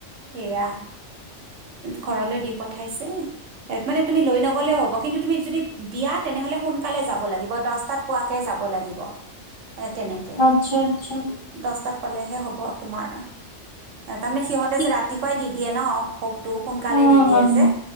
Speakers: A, on the right; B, on the left.
A: সেয়া ঘৰলৈ দি পঠাইছে। মানে তুমি লৈ নগলেও হ'ব কিন্তু তুমি যদি দিয়া তেনেহলে সোনকালে যাব লাগিব দশটাত পো তে যাব লাগিব। এ তেনেকে
B: আচ্ছা, আচ্ছা।
A: দশটাত পালেহে হ'ব তোমাৰ তাৰমানে সিহতে
B: ঠিক
A: যে ৰাতিপুৱাই দি দিয়ে ন ভোগটো। সোনকালে
B: অ'
A: দি - দিয়ে
B: অ'
A: যে